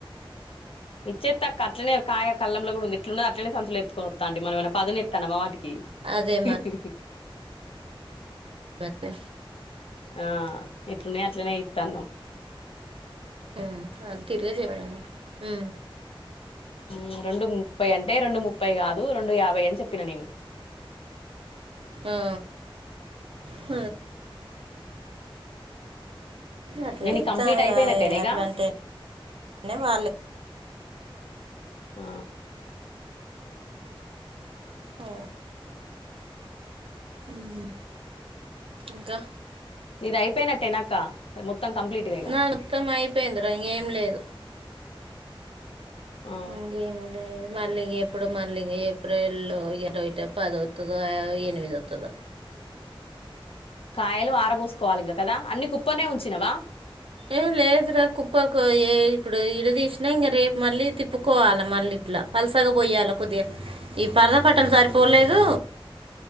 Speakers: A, on the left; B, on the right.
A: ఇచ్చేత్ అక్క అట్నే కాయ కళ్ళంలో కూడా ఉంది ఇట్లుండో అట్నే సంచులుత్కొ వాత మనము ఏమన్న పదును తెస్తున్నామా వాటికి
B: అదే
A: ఇ
B: బద్ద
A: ఆ ఎట్లున్నాయి అట్లనే అయితనావ్
B: ఉ అంతే తిరిగా చేయబడాను ఉ
A: ఉ రెండు ముడ్ అంటే రెన్ రెండు ముప్పై కాదు రెండు యాభై అని చెప్పిన నేను
B: ఆ హ అట్లా
A: ఇంగ నీది
B: ఇత్తా
A: కంప్లీట్ అయిపోయినట్టేనా ఇగ
B: అట్లాంటే నే వాళ్ళు
A: ఆ
B: ఆ ఉహు ఇంకా
A: ఇది అయిపోయినట్టేనక్క మొత్తం కంప్లీట్గా ఇగ
B: నాది మొత్తం అయిపోయిందిరా ఇంకేం లేదు
A: ఆ
B: ఇంగేమి లేద మళ్ళీ ఇంగ ఎప్పుడు మళ్ళీ ఇంగ ఏప్రిల్ల్లో ఇరవై పదవత్తదో, ఎనిమిది వత్తదో
A: ఆ కాయలు ఆరబోసుకోవాలి. ఇంకా కదా అన్ని కుప్పనే ఉంచినవా
B: ఏ లేదురా కుప్పకు ఏ ఇప్పుడు ఇడ తీసినా ఇంక రేపు మళ్ళీ తిప్పుకోవాలా మళ్ళీ ఇట్లా పల్సగ పోయాల కొద్దిగా ఈ పర పట్టలు సరిపోలేదు.